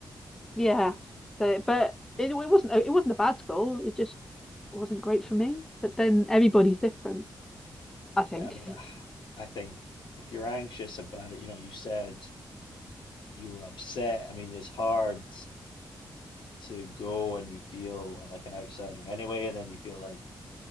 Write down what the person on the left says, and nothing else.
Yeah, I mean, I I think if you're anxious about it, you know, you said you were upset. I mean, it's hard. to go and you feel uh, like an outsider anyway, and then you feel like